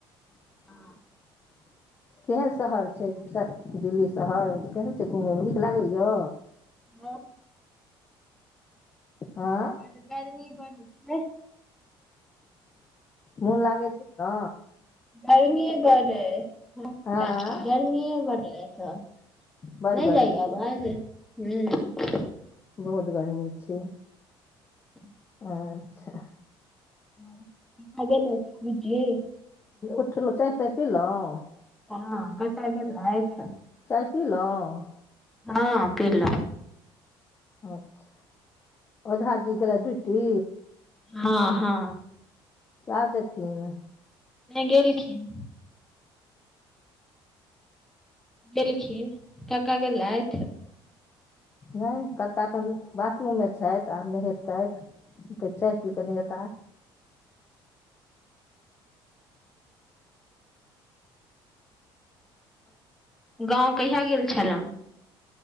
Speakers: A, in the centre; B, on the left.
A: हँ
B: केहन शहर छै दिल्ली शहर केहन छै घुमयमे नीक लागैय
A: ओ
B: आँय
A: बड गर्मी बड छै
B: मोन लागै छै ने
A: गर्मीए बढ़
B: आँय
A: गर्मीए बढ़ रह छ
B: बड्ड
A: नहि
B: गर्मी
A: जाइए आबाज ह
B: बहुत गर्मी छै
A: ह
B: अच्छा
A: <unintelligible>
B: उठलहुँ चाय ताय पीलहुँ
A: हँ कतअ गेलअइथ
B: चाय पीलहुँ
A: हँ पिलउ
B: अच्छा ओझा जी गेलै ड्यूटी
A: हँ हँ
B: क्यब जथिन
A: नहि गेलखिन एलखिन कका गेलइथ
B: नहि कक्का कन बाथरूममे छथि आब नहेतथि त चाय पीके नइ एता
A: गाँव कहिया गेल छलहु